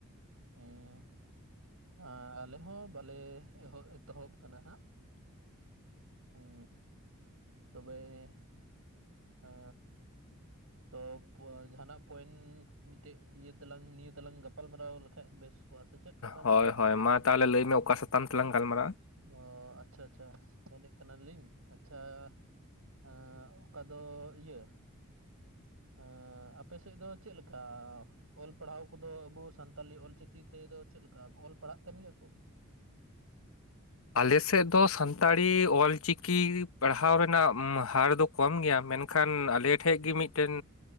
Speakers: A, on the right; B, on the left.
A: ᱦᱩᱸ ᱮ ᱟᱞᱮ ᱦᱚᱸ ᱵᱟᱞᱮ ᱮᱦᱚᱵ ᱮᱛᱚᱦᱚᱵ ᱠᱟᱱᱟ ᱦᱟᱸᱜ ᱦᱩᱸ ᱛᱚᱵᱮ--ᱟ ᱛᱚ ᱡᱟᱦᱱᱟᱜ ᱯᱚᱭᱮᱱᱴ ᱢᱤᱫᱴᱮᱡ ᱤᱭᱟᱹ ᱛᱮᱞᱟᱝ ᱱᱤᱭᱟᱹ ᱛᱮᱞᱟᱝ ᱜᱟᱯᱟᱞᱢᱟᱨᱟᱣ ᱞᱮᱠᱷᱟᱱ ᱵᱮᱥ ᱠᱚᱜᱼᱟ ᱥᱮ ᱪᱮᱫ ᱵᱟᱝ
B: ᱦᱳᱭ
A: ᱥᱮ?
B: ᱦᱳᱭ ᱢᱟ ᱛᱟᱦᱚᱞᱮ ᱞᱟᱹᱭ
A: ᱦᱩᱸ
B: ᱢᱮ ᱚᱠᱟ ᱥᱟᱛᱟᱢ ᱛᱮᱞᱟᱝ ᱜᱟᱞᱢᱟᱨᱟᱜᱼᱟ
A: ᱚ ᱟᱪᱪᱷᱟ ᱟᱪᱪᱷᱟ ᱢᱟᱱᱮ ᱠᱟᱱᱟᱞᱤᱧ ᱟᱪᱪᱷᱟ ᱩᱢ ᱚᱠᱟ ᱫᱚ ᱤᱭᱟᱹ
B: <unintelligible>
A: ᱮᱸ ᱟᱯᱮ ᱥᱮᱫ ᱫᱚ ᱪᱮᱫᱠᱟ ᱚᱞ ᱯᱟᱲᱦᱟᱣ ᱠᱚᱫᱚ ᱟᱵᱚ ᱥᱟᱱᱛᱟᱞᱤ ᱚᱞᱪᱤᱠᱤ ᱛᱮ ᱫᱚ ᱪᱮᱫ ᱞᱮᱠᱟ ᱚᱞ ᱯᱟᱲᱦᱟᱜ ᱠᱟᱱ ᱜᱮᱭᱟ ᱠᱚ
B: <unintelligible> ᱟᱞᱮᱥᱮᱫ ᱫᱚ ᱥᱟᱱᱛᱟᱲᱤ ᱚᱞᱪᱤᱠᱤ ᱯᱟᱲᱦᱟᱣ ᱨᱮᱱᱟᱜ ᱦᱟᱨ ᱫᱚ ᱠᱚᱢ ᱜᱮᱭᱟᱟᱢ ᱢᱮᱱᱠᱷᱟᱱ ᱟᱞᱮ ᱴᱷᱮᱡ ᱜᱮ ᱢᱤᱫᱴᱮᱱ